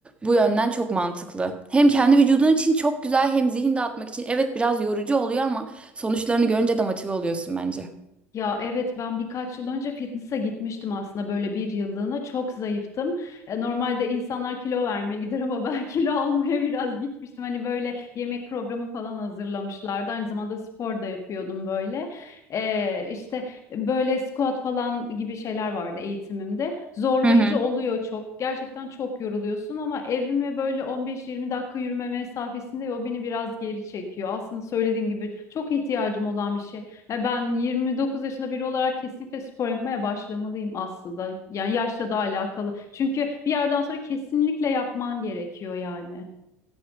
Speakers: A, on the right; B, on the left.
A: bu yönden çok mantıklı. Hem kendi vücudun için çok güzel hem zihin dağıtmak için. Evet biraz yorucu oluyor ama sonuçlarını görünce de motive oluyorsun bence.
B: Ya evet ben birkaç yıl önce fitness'a gitmiştim aslında böyle bir yıllığına çok zayıftım. E, Normalde insanlar kilo vermeye <laughs> gider ama ben <laughs> kilo almaya biraz gitmiştim. Hani böyle yemek programı falan hazırlamışlardı. Aynı zamanda spor da yapıyordum böyle. E, işte böyle squat falan gibi şeyler vardı eğitimimde. Zorlayıcı
A: Hı hı.
B: oluyor çok. Gerçekten çok yoruluyorsun ama evime böyle 15-20 dakika yürüme mesafesinde o beni biraz geri çekiyor. Aslında söylediğin gibi çok ihtiyacım olan bir şey. Ya Ben 29 yaşında biri olarak kesinlikle spor yapmaya başlamalıyım aslında. Yani yaşla da alakalı. Çünkü bir yerden sonra kesinlikle yapman gerekiyor yani.